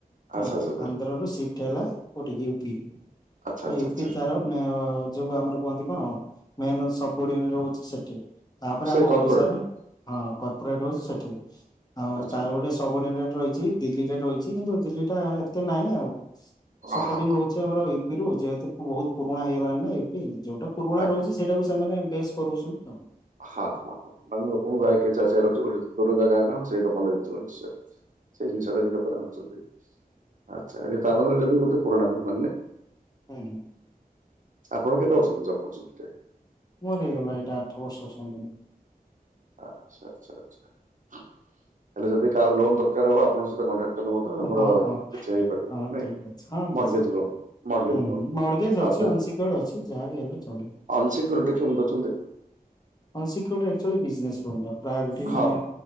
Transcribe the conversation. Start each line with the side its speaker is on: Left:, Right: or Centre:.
Left: ହଁ
Right: ଆଚ୍ଛା ଆଚ୍ଛା
Left: ଆନ୍ଧ୍ର ରୁ ସିଫ୍ଟ ହେଲା କୋଉଠିକ ୟୁପି
Right: ଆଚ୍ଛା
Left: ତ
Right: ଆଚ୍ଛା
Left: ୟୁପି
Right: ଆଚ୍ଛା
Left: ତାର ଯୋଉ ଆମର କୁହନ୍ତି କଣ ମେନ ସବୁଡି ରହୁଛି ସେଠି। ତାପରେ
Right: ସେ
Left: ଆମ
Right: କର୍ପୋରେଟ
Left: ଓଡିଶାରେ ହଁ କର୍ପୋରେଟ ହଉଛି ସେଠି ଆଉ
Right: ଆଚ୍ଛା
Left: ତାର ଗୋଟେ ସବୁଡି ରହିଛି ଦିଲ୍ଲୀରେ ରହିଛି କିନ୍ତୁ ଦିଲ୍ଲୀ ଟା ଏତେ ନାଇଁ ଆଉ ସପୋଟିଂ
Right: ଅ ହ
Left: ର ଅଛି ଆମର ୟୁପି ରୁ ଯେହେତୁ ବହୁତ ପୁରୁଣା ହେଇଗଲାଣି ନା ୟୁପି ଯୋଉଟା ପୁରୁଣା
Right: ଆଜ୍ଞା।
Left: ରହୁଛି। ସେଇଟାକୁ ସେମାନେ ବେଶ କରୋଉଛନ୍ତି ଆଉ।
Right: ହଁ ହଁ ହଁ ମାନେ ଲୋକଙ୍କୁ ଗାଇକି ଚା ଆସିବର ଅଛି ଗୋଟେ ଦୂର ଜାଗା ନା ସେଇଟା ଭଲ ହେଇଥିବ ନିଶ୍ଚୟ। ସେଇ ଜିନିଷଟା ଗଟେ ଆଣୁଛନ୍ତି ଆଚ୍ଛା ତାପ <unintelligible> ନଲେ ବି ଗୋଟେ ପୁରଣା ଗ <unintelligible> ମାନେ।
Left: ହୁଁ, ହୁଁ
Right: ଆପଣ କେତେ ବର୍ଷ ଅଛନ୍ତି ଜବ କରୁଛନ୍ତି।
Left: ମୋର ହେଇଗଲା ଏଇଟା ଆଠ ବର୍ଷ ସଙ୍ଗିନୀ।
Right: ଆଚ୍ଛା ଆଚ୍ଛା ଆଚ୍ଛା ହେଲେ ଯଦି କାହାର ଲୋନ ଦରକାର ହବ ଆପଣଙ୍କ ସହିତ କଣ୍ଟା <unintelligible>
Left: ହଁ
Right: ଆମର
Left: ହଁ
Right: କିଛି ହେଇପାରିବ
Left: ହଁ
Right: ନାଇ
Left: ଠିକ ଅଛି ହଁ କିଛି
Right: ମରଗେଜ ଲୋନ୍
Left: ହୁଁ
Right: ଲୋନ୍
Left: ମର୍ଗେଜ
Right: ଆ
Left: <unintelligible> ଅଛି ଯାହା ବି ହେଲେ ଚଳିବ।
Right: ଅନସିକ୍ୟୁରିଟୀ କେମିତି ଦଉଛନ୍ତି?
Left: ଅନସକ୍ୟୁରିଟୀ ଆକଚୁଆଲି ବିଜିନେସ ଲୋନ୍ ଟା ପ୍ରାୟୋରିଟି
Right: ହଁ
Left: ମାନେ